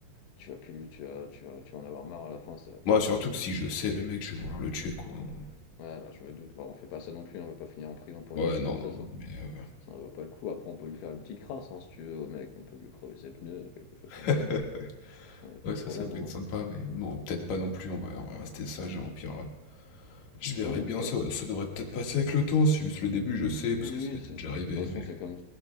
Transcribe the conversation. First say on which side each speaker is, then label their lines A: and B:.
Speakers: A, on the left (about 85°); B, on the left (about 50°).
A: tu vas plus, tu vas, tu vas, tu vas en avoir marre à la fin, ça va te,
B: moi surtout
A: ça
B: que si
A: va-
B: je sais, le mec, je vais vouloir le tuer, quoi, hein.
A: ouais, bah, je me doute. Bah, on fait pas ça non plus, hein, on va pas finir en prison pour
B: Ouais,
A: une fille
B: non,
A: comme ça,
B: non, non,
A: ça,
B: mais heu,
A: ça en vaut pas le coup. Après, on peut lui faire une petite crasse, hein, si tu veux, au mec, on peut lui crever ses pneus, quelque chose comme
B: <laughs>
A: ça, on n'a pas, on a pas
B: ouais,
A: de
B: ça,
A: problème,
B: ça peut
A: hein.
B: être sympa, mais bon peut-être pas non plus, on va on va rester sage, hein, au pire, heu, je verrai
A: Oui, au
B: bien,
A: pire,
B: ça ça devrait peut-être passer avec le temps, c'est juste le début, je sais, parce
A: oui,
B: que ça m'était
A: c'est, de
B: déjà
A: toute
B: arrivé,
A: façon,
B: mais
A: c'est comme,